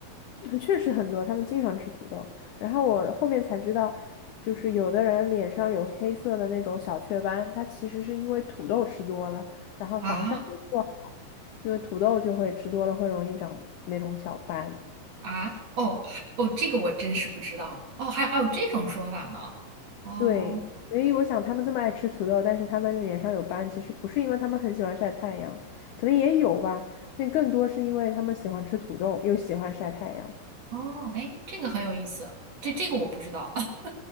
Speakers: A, on the left; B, on the right.
A: 确实很多，他们经常吃土豆。然后我后面才知道，就是有的人脸上有黑色的那种小雀斑，它其实是因为土豆吃多了，然后防晒没做好，
B: 啊
A: 因为土豆就会吃多了会容易长那种小斑。
B: 啊哦哦，这个我真是不知道哦，还还有这种说法呢，哦
A: 对，所以我想他们这么爱吃土豆，但是他们脸上有斑，其实不是因为他们很喜欢晒太阳，可能也有吧，但更多是因为他们喜欢吃土豆，又喜欢晒太阳。
B: 哦，哎，这个很有意思，这这个我不知道，<laughs>